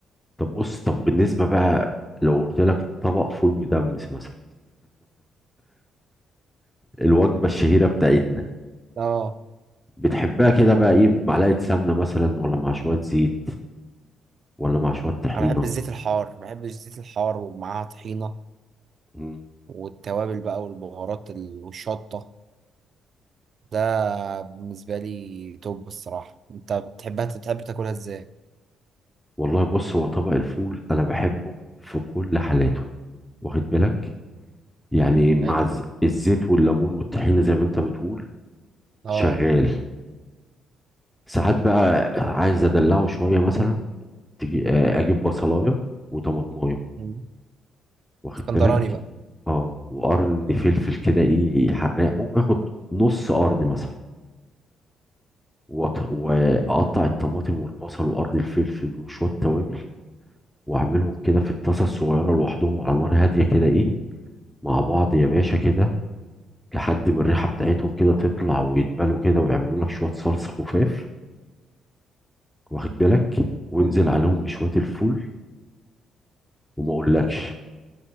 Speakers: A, in the centre; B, on the right (about 55°).
A: طب بص طب بالنسبه بقى لو قلت لك طبق فول مدمس مثلا الوجبه الشهيره بتاعتنا
B: اه
A: بتحبها كده بقى ايه بمعلقه سمنه مثلا ولا مع شويه زيت ولا مع شويه طحينه
B: أنا بحب الزيت الحار بحب الزيت الحار ومعاها طحينة
A: مم.
B: والتوابل بقى والبهارات ال- والشطة ده بالنسبة لي توب الصراحة انت بتحبها بتحب تاكلها ازاي
A: والله بص هو طبق الفول انا بحبه في كل حالاته واخد بالك يعني مع
B: حلو
A: الز- الزيت والليمون والطحينه زي ما انت بتقول
B: اه
A: شغال ساعات بقى عايز ادلعه شويه مثلا تجي آه، اجيب بصلايه وطماطمايه
B: مم.
A: واخد
B: اسكندراني
A: بالك
B: بقى
A: اه وقرن فلفل كده ايه حراق ممكن اخد نص قرن مثلا وأط- واقطع الطماطم والبصل وقرن الفلفل وشويه توابل واعملهم كده في الطاسه الصغيره لوحدهم على نار هاديه كده ايه مع بعض يا باشا كده لحد ما الريحه بتاعتهم كده تطلع ويتبلوا كده ويعملوا لك شويه صلصه خفاف واخد بالك وانزل عليهم بشويه الفول وما اقولكش